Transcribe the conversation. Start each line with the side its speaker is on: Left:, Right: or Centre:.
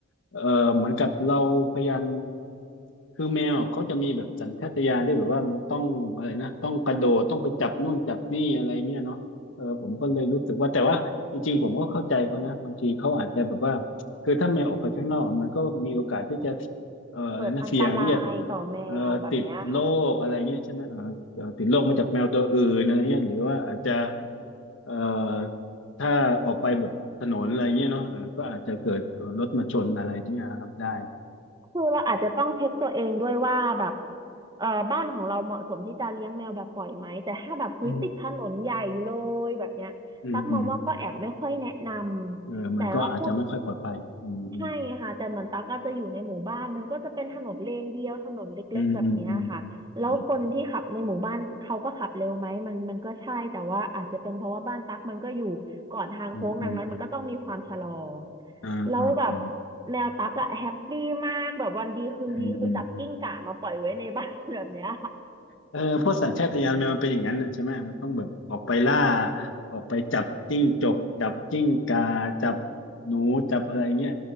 Left: เออเหมือนกับเราพยายามคือแมวอะเขาจะมีแบบสัญชาตญาณที่แบบว่ามันต้องอะไรนะต้องกระโดดต้องไปจับนู่นจับนี่อะไรเงี้ยเนาะเออผมก็เลยรู้สึกว่าแต่ว่าจริงๆผมก็เข้าใจเขานะบางทีเขาอาจจะแบบว่าคือถ้าแมวออกไปข้างนอกมันก็มีโอกาสที่จะเอ่ออะไรนะเสี่ยงที่จะ
Right: เกิดอันตรายต่อแมวแบบเนี้ยค่ะ
Left: เอ่อติดโรคอะไรเงี้ยใช่ไหมเอ่อเอ่อติดโรคมาจากแมวตัวอื่นอะไรเงี้ยหรือว่าอาจจะเอ่อ ถ้าออกไปแบบถนนอะไรเงี้ยเนาะเออก็อาจจะเกิดรถมาชนอะไรที่เนี้ยครับได้
Right: คือเราอาจจะต้องเช็คตัวเองด้วยว่าแบบเออบ้านของเราเหมาะสมที่จะเลี้ยงแมวแบบปล่อยไหมแต่ถ้าแบบคุยติดถนนใหญ่เลยแบบเนี้ยตักมองว่าก็แอบไม่ค่อยแนะนำแต่ว่าพูด
Left: อืมอืมอืมอืมเออมันก็อาจจะไม่ค่อยปลอดภัยอืมอื
Right: ใช่ค่ะแต่เหมือนตั๊กก็จะอยู่ในหมู่บ้านมันก็จะเป็นถนนเลนเดียวถนนเล็กๆแบบเนี้ยค่ะแล้วคนที่ขับในหมู่บ้านเขาก็ขับเร็วไหมมันมันก็ใช่แต่ว่าอาจจะเป็นเพราะว่าบ้านตั๊กมันก็อยู่ก่อนทางโค้งดังนั้นมันก็ต้องมีความชะลอ
Left: มอืมอืมอืมอืมอืมอืมอมอ่าอ่าอ่า
Right: แล้วแบบแมวตั๊กอะแฮปปี้มากแบบวันดีคืนดีคือจับกิ้งก่ามาปล่อยไว้ในบ้าน
Left: อืมอืม
Right: <laughs> แบบเนี้ย
Left: เออเพราะสัญชาตญาณแมวมันเป็นอย่างนั้นน่ะใช่ไหมมันต้องแบบออกไปล่าออกไปจับจิ้งจกจับจิ้งกาจับหนูจับอะไรเงี้ย